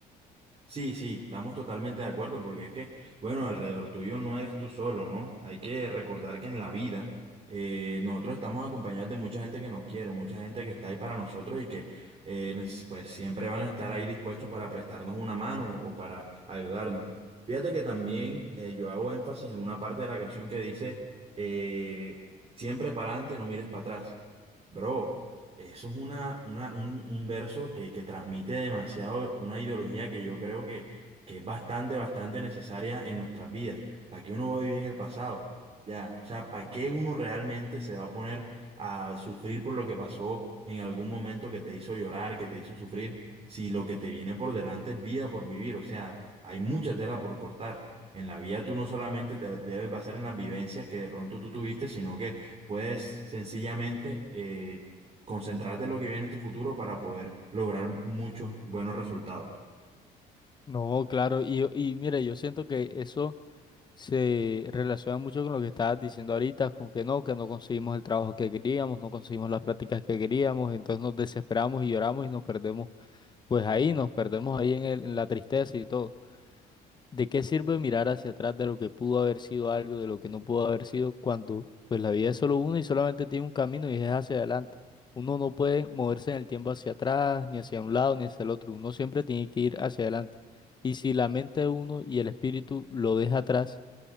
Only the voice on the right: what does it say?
Sí, sí, estamos totalmente de acuerdo porque es que, bueno, alrededor tuyo no eres tú solo, ¿no? Hay que recordar que en la vida eh, nosotros estamos acompañados de mucha gente que nos quiere, mucha gente que está ahí para nosotros y que eh, nes- pues siempre van a estar ahí dispuestos para prestarnos una mano o para ayudarnos. Fíjate que también eh, yo hago énfasis en una parte de la canción que dice, eh, siempre para adelante, no mires para atrás. Bro, eso es una, una- un, un verso que, que transmite demasiado una ideología que yo creo que, que es bastante, bastante necesaria en nuestras vidas. ¿Para qué uno va a vivir en el pasado? Ya, o sea, ¿para qué uno realmente se va a poner a sufrir por lo que pasó en algún momento que te hizo llorar, que te hizo sufrir, si lo que te viene por delante es vida por vivir? O sea, hay mucha tela por cortar. En la vida tú no solamente te debes basar en las vivencias que de pronto tú tuviste, sino que puedes sencillamente... eh, Concentrarte en lo que viene en tu futuro para poder lograr muchos buenos resultados.